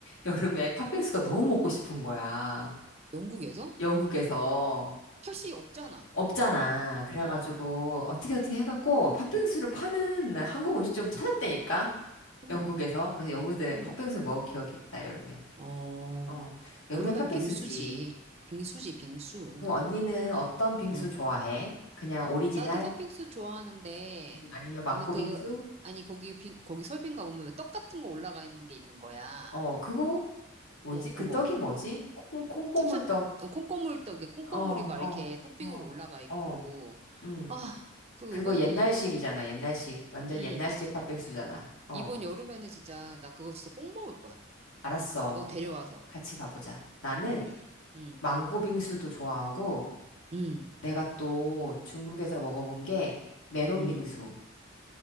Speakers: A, on the left (about 85°); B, on the right (about 30°).
A: 여름에 팥빙수가 너무 먹고 싶은 거야.
B: 영국에서?
A: 영국에서.
B: 팥이 없잖아.
A: 없잖아. 그래가지고
B: 어,
A: 어떻게 어떻게 해갖고 팥빙수를 파는 한국 음식점을 찾았다니까.
B: 어머,
A: 영국에서. 그래서 영국에서
B: 어머.
A: 팥빙수 먹은 기억이 있다, 여름에.
B: 어,
A: 어. 여름에
B: 여름엔
A: 팥빙수지.
B: 빙수지. 빙수지, 빙수.
A: 그럼 언니는 어떤 빙수
B: 어.
A: 좋아해? 그냥 오리지널?
B: 나도 팥빙수 좋아하는데
A: 음, 아니면 망고
B: 나는 그
A: 빙수?
B: 아니 거기 빙, 거기 설빙가 보면 왜 떡 같은 거 올라가 있는 게 있는 거야.
A: 어, 그거 뭐지?
B: 어
A: 그
B: 그거
A: 떡이 뭐지? 콩, 콩고물떡.
B: 찹쌀 어, 콩고물 떡에 콩고물이
A: 어,
B: 막
A: 어,
B: 이렇게 토핑으로
A: 어,
B: 올라가 있고
A: 어. 음.
B: 아그
A: 그거
B: 요번에
A: 옛날식이잖아,
B: 오는 요번
A: 옛날식. 완전
B: 음
A: 옛날식 팥빙수잖아. 어.
B: 이번 여름에는 진짜 나 그거 진짜 꼭 먹을 거야.
A: 알았어.
B: 너 데려가서
A: 같이 가보자. 나는
B: 그래. 음
A: 망고 빙수도 좋아하고,
B: 음,
A: 내가 또 중국에서 먹어본 게 메론
B: 음.
A: 빙수.